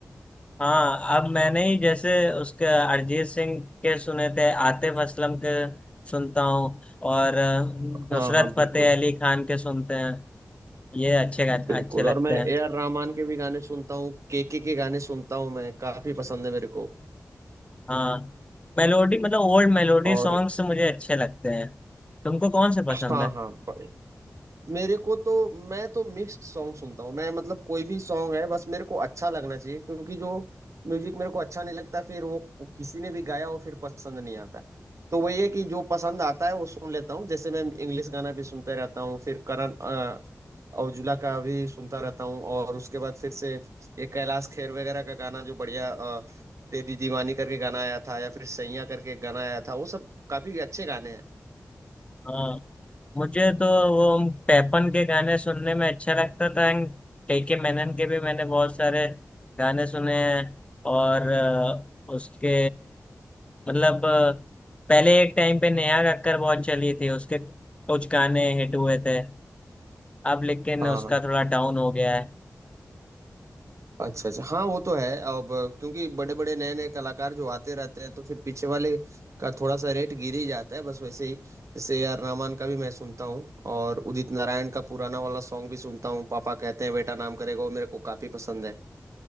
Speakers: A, on the left; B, on the right.
A: हाँ अब मैंने ही जैसे उसके अरिजीत सिंह के सुने थे आतिफ असलम के सुनता हूँ और अ,
B: हाँ
A: नुसरत
B: हाँ बिल्कुल
A: फतेह अली खान के सुनते हैं ये अच्छे गा-
B: बिल्कुल
A: अच्छे लगते
B: और मैं
A: हैं
B: ए आर रहमान के भी गाने सुनता हूँ के के के गाने सुनता हूँ मैं काफी पसंद है मेरे को
A: हाँ मेलोडी मतलब ओल्ड मेलोडी
B: और
A: सॉन्ग्स मुझे अच्छे लगते हैं तुमको कौन से पसंद
B: हाँ
A: है
B: हाँ ब- मेरे को तो मैं तो मिक्स्ड सॉन्ग सुनता हूँ मैं मतलब कोई भी सॉन्ग है बस मेरे को अच्छा लगना चाहिए क्योंकि जो म्यूजिक मेरे को अच्छा नहीं लगता फिर वो किसी ने भी गाया हो फिर पसंद नहीं आता तो वही है कि जो पसंद आता है वो सुन लेता हूँ जैसे मैं इंग्लिश गाना भी सुनते रहता हूँ फिर करण अ, औजुला का भी सुनता रहता हूँ और उसके बाद फिर से ये कैलाश खेर वगैरह का गाना जो बढ़िया अ, तेरी दीवानी करके गाना आया था या फिर सैया करके एक गाना आया था वो सब काफी अच्छे गाने हैं
A: हाँ मुझे तो वो पैपन के गाने सुनने में अच्छा लगता था के मैनन के भी मैंने बहुत सारे गाने सुने हैं और अ, उसके मतलब अ, पहले एक टाइम पे नेहा कक्कर बहुत चली थी उसके कुछ गाने हिट हुए थे अब लेकिन
B: हाँ
A: उसका
B: हाँ
A: थोड़ा डाउन हो गया है
B: अच्छा अच्छा हाँ वो तो है अब क्योंकि बड़े बड़े नए नए कलाकार जो आते रहते हैं तो फिर पीछे वाले का थोड़ा सा रेट गिर ही जाता है बस वैसे ही जैसे ए आर रहमान का भी मैं सुनता हूँ और उदित नारायण का पुराना वाला सॉन्ग भी सुनता हूँ पापा कहते हैं बेटा नाम करेगा वो मेरे को काफी पसंद है